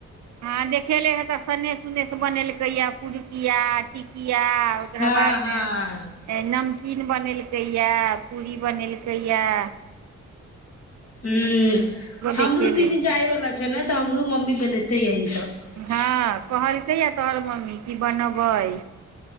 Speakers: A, on the right (about 60°); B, on the left (about 50°).
A: हँ देखेले हे तऽ सन्नेस उन्नेस बनेलकैए पिड़ुकिया टिकी य ओकरा
B: हँ
A: बाद मे
B: हँ
A: नमकीन बनेलकै या पूरी बनेलकै यए
B: हुँ हमरो
A: देखेले
B: दीदी
A: छी
B: जाय वालला छै ने तऽ हमरू मम्मी बलैेते एहिठाम तब
A: हँ कहलकै या तोहर मम्मी की बनबै